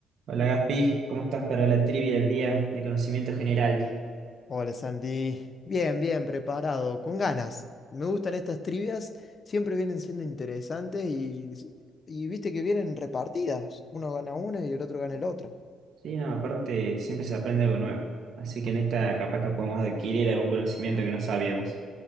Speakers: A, on the right; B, on the left.
A: Hola Gaspi, ¿cómo estás para la trivia del día de conocimiento general?
B: Hola Santi, bien, bien, preparado, con ganas. Me gustan estas trivias, siempre vienen siendo interesantes y, y viste que vienen repartidas. Uno gana una y el otro gana el otro.
A: Sí, no, aparte siempre se aprende algo nuevo, así que en esta capaz que podemos adquirir algún conocimiento que no sabíamos.